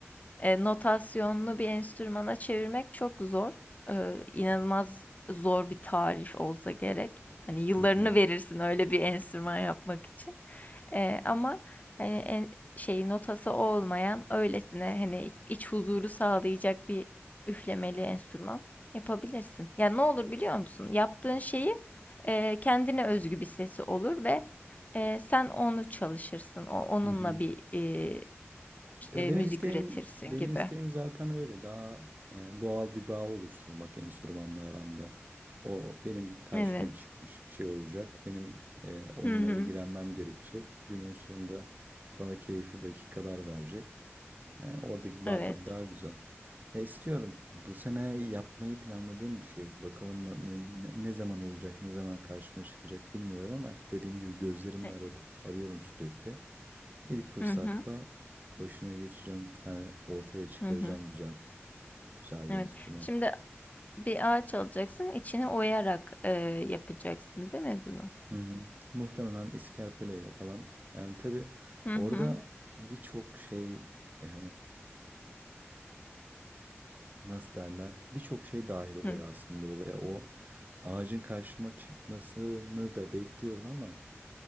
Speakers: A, on the left (about 35°); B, on the right (about 40°).
A: e, notasyonlu bir enstrümana çevirmek çok zor. Ee, inanılmaz zor bir tarif olsa gerek. Hani yıllarını
B: Hı hı.
A: verirsin öyle bir enstrüman yapmak için. Ee, ama hani en, şey notası olmayan öylesine hani iç, iç huzuru sağlayacak bir üflemeli enstrüman yapabilirsin. Yani ne olur biliyor musun? Yaptığın şeyi e, kendine özgü bir sesi olur ve e, sen onu çalışırsın. O, onunla
B: Hı hı.
A: bir e, e,
B: Ya benim
A: müzik
B: isteğim
A: üretirsin
B: benim
A: gibi.
B: isteğim zaten öyle daha e, doğal bir bağ oluşturmak enstrümanla aramda. O benim karşıma
A: Evet.
B: çıkmış bir şey olacak. Benim e, onunla
A: Hı hı.
B: ilgilenmem gerekecek. Günün sonunda bana keyifli dakikalar verecek. E, oradaki bağ
A: Evet.
B: tabii daha güzel. Ya istiyorum. Bu sene yapmayı planladığım bir şey. Bakalım na- ne, ne, ne zaman olacak, ne zaman karşıma çıkacak bilmiyorum ama dediğim gibi gözlerimle
A: E-
B: aradım, arıyorum sürekli. İlk fırsatta
A: Hı hı.
B: Başına geçeceğim bir tane ortaya çıkaracağım
A: Hı hı.
B: güzel. Güzel
A: Evet.
B: bir enstrüman.
A: Şimdi bir ağaç alacaksın, içini oyarak e, yapacaksın, değil mi bunu?
B: Hı hı. Muhtemelen iskerpeleyle falan. Yani tabii
A: Hı
B: orada
A: hı.
B: birçok şey e, nasıl derler? Birçok şey dahil oluyor
A: Hı
B: aslında olaya. O ağacın karşıma çıkmasını da bekliyorum ama